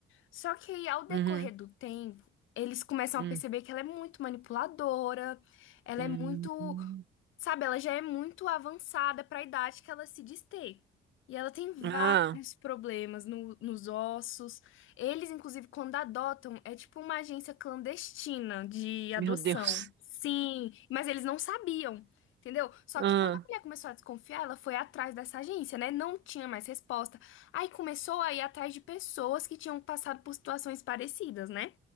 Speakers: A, on the left; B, on the right.
A: só que aí, ao decorrer
B: uhum,
A: do tempo, eles começam
B: hum,
A: a perceber que ela é muito manipuladora, ela
B: hum,
A: é muito,
B: hum.
A: sabe, ela já é muito avançada para a idade que ela se diz ter. E ela tem vários
B: Ah,
A: problemas no- nos ossos. Eles, inclusive, quando adotam, é tipo uma agência clandestina de adoção.
B: meu Deus.
A: Sim, mas eles não sabiam, entendeu? Só
B: Ah,
A: que quando a mulher começou a desconfiar, ela foi atrás dessa agência, né? Não tinha mais resposta. Aí começou a ir atrás de pessoas que tinham passado por situações parecidas, né?